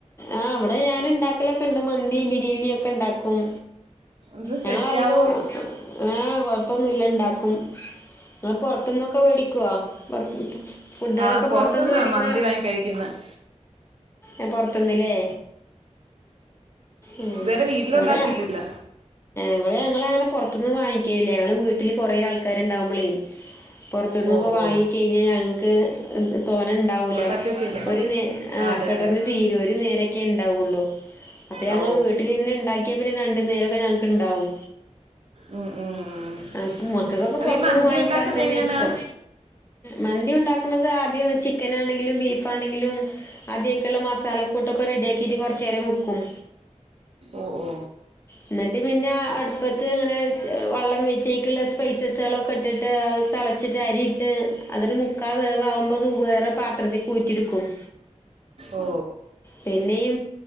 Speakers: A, on the left; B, on the right.
A: ആഹ് ഇവടെ ഞാൻ ഇണ്ടാ ക്കലൊക്കെ ഇണ്ട് മന്തിം ബിരിയെണി ഒക്കെ ഇണ്ടാക്കും.
B: ഇത്
A: ഞങ്ങൾ
B: സെറ്റാവോ
A: അതികം ഏ കുഴപ്പൊന്നുല ഇണ്ടാക്കും. ഇങ പോറത്തുന്നൊക്കെ വേടിക്കോ? പുറത്ത് ന്ന്. ഫുഡ്കളൊക്കെ
B: ആ പുറത്തുനിന്നാ
A: പൊറത്ത്ന്നു വേടിക്ണ
B: മന്തി വാങ്ങി കഴിക്കുന്നത്
A: എ പൊറത്ത്ന്ന് ലേ. ഉം
B: ഇതുവരെ വീട്ടിലുണ്ടാക്കിയിട്ടില്ല
A: ഇവിടെ ഞ ഇവിടെ ഞങ്ങളങ്ങനെ പൊറ ത്ത്ന്ന് വാങ്ങിക്കേല്യാ. ഞങ്ങളെ വീട്ടില് കൊറേ ആൾകാര് ഇണ്ടാവുമ്പളെ പൊറത്തുന്നൊക്കെ
B: ഓ ഓ
A: വാങ്ങി കെയിഞ്ഞാ ഞങ്ങ്ക്ക് തോനെ ഇണ്ടാവൂല.
B: പറ്റത്തില്ല
A: ഒരു നേ ആഹ്
B: ആ, അതെ
A: പെട്ടന്ന്
B: അതെ
A: തീരും ഒരു നേരക്കെ ഇണ്ടാവുള്ളു അപ്പോ ഞങ്ങള്
B: ഓ
A: വീട്ടില് തന്നെ ഇണ്ടാക്കിയാ പിന്നെ രണ്ട് നേ രക്കെ ഞങ് ക്ക് ഇണ്ടാവും.
B: ഉം, ഉം, ഉം.
A: <unintelligible> മക്കക്കൊക്കെ
B: അപ്പൊ
A: പൊറത്തുന്ന്
B: ഈ മന്തി
A: വാങ്ങിക്കാൻ
B: ഉണ്ടാക്കുന്ന
A: തന്നെയാ
B: എങ്ങനാ
A: ഇഷ്ടം. മന്തി ഇണ്ടാക്ണത് ആദ്യം ചിക്കൻ ആണെങ്കിലും ബീഫ് ആണെങ്കിലും ആദ്യ അയ്ക്ള്ള മസാല കൂട്ടൊക്കെ റെഡി ആക്കിട്ട് കൊറച്ചേരം വെക്കും.
B: ഓ ഓ
A: ഇന്നട്ട് പിന്നെ അടുപ്പത്ത് ഇങ്ങനെ വള്ളം വെച്ച് അയിക്ള്ളെ സ്‌പൈസസേളൊക്കെ ഇട്ടിട്ട് അത് തെളച്ചിട്ട് അരി ഇട്ട് അത് ഒരു മുക്കാ വേവ് ആവുമ്പോ അത് ഒരു വേറെ പത്രത്തിക്ക് ഊറ്റി ട്ക്കും.
B: ഓ
A: പിന്നെ ഇ